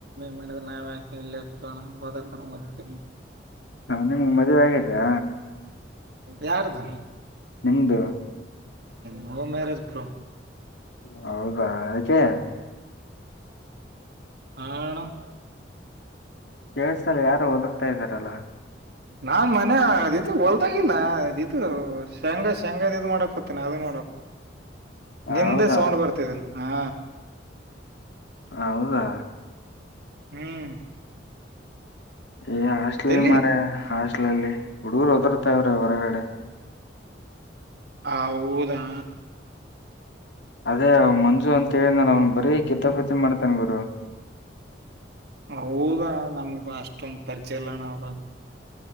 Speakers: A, on the right; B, on the left.
A: ಮಾಡಿದ ನಾವ ಯಾಕ ಇಲ್ಲಿ ಇರ್ತಣ ಓದಕ ಓದ್.
B: ಹಾ ನಿಮ್ಗೆ ಮದ್ವೆ ಆಯ್ತಾ.
A: ಯಾರದ
B: ನಿಮ್ದು
A: ನೋ ಮ್ಯಾರಜ್ ಬ್ರೋ.
B: ಹೌದ ಯಾಕೆ
A: ಹಾ ಅಣ್ಣಾ
B: ಕೇಳ್ಸ್ತಾಇಲ್ಲ ಯಾರು ಓದರತರಲಾ ಇದ್ದಾರಲ್ಲ.
A: ನಾನ್ ಮನೆ ಅ ಇದು ಹೊಲದಾಗಿಲ್ಲ ಇದು ಶೇಂಗ ಶೇಂಗದ ಇದ್ ಮಾಡಕೋತೀನಿ ಅದ ನೋಡ.
B: <inaudible> ಹೌದಾ
A: ನಿಮ್ದೆ ಸೌಂಡ್ ಬರ್ತಿದೆ ಹಾ.
B: ಹೌದಾ.
A: ಹ್ಮ್
B: ಏ ಹಾಸ್ಟ್ಲ
A: ಎಲ್ಲಿ
B: ಮರ ಹಾಸ್ಟ್ಲಲ್ಲಿ ಹುಡುಗರು ಹೊದರ್ತವ್ರೆ ಹೊರಗಡೆ.
A: ಹೌದಾ
B: ಅದೇ ಅವ ಮಂಜು ಅಂತ ಹೇಳಿದನ್ರ ಅವ್ನ ಬರೀ ಕಿತಾಪಾತಿ ಮಾಡ್ತಾನ ಗುರು.
A: ಹೌದ ನಮಗು ಅಷ್ಟೊಂದ ಪರಿಚಯ ಇಲ್ಲಾಣ ಅವಾಗ